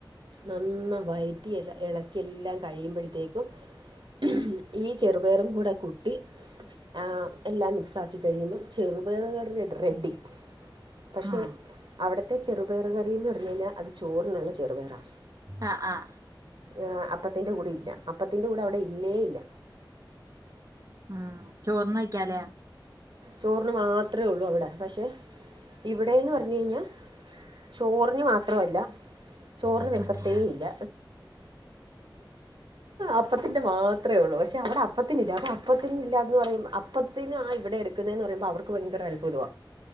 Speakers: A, on the right; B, on the right.
A: നന്നാ വയറ്റി എല്ല എളക്കിയെല്ലാം കഴിയുമ്പഴ്ത്തേക്കും, ഹ്മ്മ് ഈ ചെറുപയറും കൂടെ കൂട്ടി. ആഹ് എല്ലാം മിക്‌സാക്കി കഴിയുമ്പം ചെറുപയറു കറി റെഡി പക്ഷേ
B: ആഹ്
A: അവിടത്തെ ചെറുപയർ കറീന്ന് പറഞ്ഞു കയിഞ്ഞാൽ അത് ചോറിനുള്ള ചെറുപയറാ
B: ആഹ് ആഹ്
A: ആഹ് അപ്പത്തിന്റെ കൂടെ ഇല്ല. അപ്പത്തിന്റെ കൂടെ അവിടെ ഇല്ലേ ഇല്ല.
B: ആഹ് ചോർന് ഒയ്ക്കാലോ
A: ചോറിന് മാത്രേ ഉള്ളൂ അവിടെ പക്ഷേ ഇവിടെന്ന് പറഞ്ഞു കയിഞ്ഞ ചോറിന് മാത്രവല്ല ചോറിന്
B: അപ്പത്തെ
A: വെക്കത്തേ ഇല്ല. അപ്പത്തിന്റെ മാത്രേള്ളൂ പക്ഷെ അവടെ അപ്പത്തിനില്ല അപ്പൊ അപ്പത്തിനില്ലന്ന് പറയുമ്പ് അപ്പത്തിന് ആ ഇവിടെ എടുക്കുന്നെന്ന് പറയുമ്പോ അവർക്ക് ഭയങ്കര അത്ഭുത.